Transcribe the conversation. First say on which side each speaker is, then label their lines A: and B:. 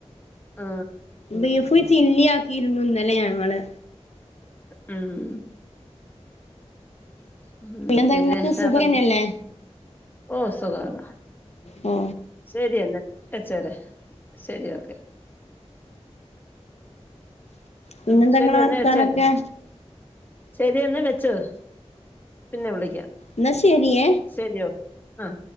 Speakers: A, on the left; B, on the left.
A: ആ
B: ബീഫ് ചില്ലി ആക്കിയിരുന്നുന്നല്ലേ ഞങ്ങള്
A: മ് <unintelligible> ഉ
B: പിന്നെന്താ
A: പിന്നെ
B: ഇങ്ങക്ക്
A: വേറെന്ത
B: സുഖന്നല്ലേ
A: ഓ സുഖാട
B: ഓ
A: ശരിയെന്നാ വെച്ചരാ ശരി ഓക്കെ
B: പിന്നെന്താ
A: ഉ ശരി
B: ഇങ്ങളെ
A: എന്നാ
B: വർത്താനൊക്കെ
A: വെച്ചേട്ട ശരിയെന്നെ വെച്ചോ പിന്നെ വിളിക്കാം
B: എന്നാ ശരിയ
A: ശരി ഓക്കെ ആഹ്